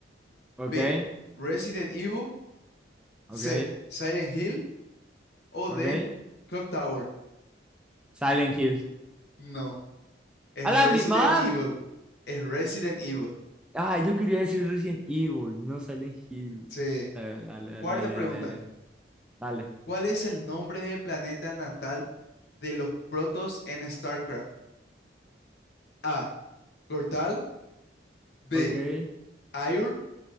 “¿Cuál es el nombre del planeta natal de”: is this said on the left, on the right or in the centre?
Left